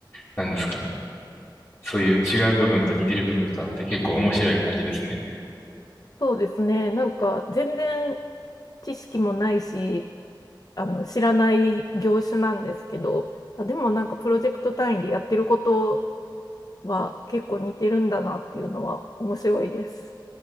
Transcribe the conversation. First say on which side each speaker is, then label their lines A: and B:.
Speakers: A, on the left; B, on the left.
A: なんですかね。そういう違う部分と似てる部分とあって、結構面白い感じですね。
B: そうですね。なんか全然知識もないし、あの、知らない業種なんですけど、あ、でもなんかプロジェクト単位でやってることは結構似てるんだなっていうのは面白いです。